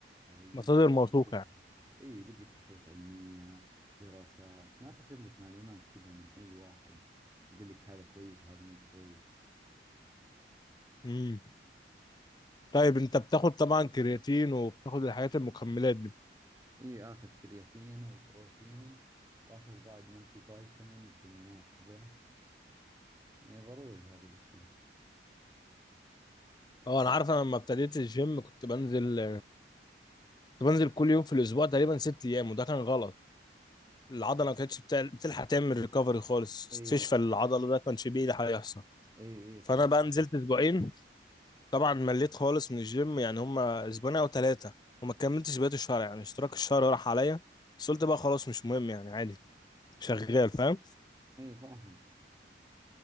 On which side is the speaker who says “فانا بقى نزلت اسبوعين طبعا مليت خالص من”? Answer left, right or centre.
Left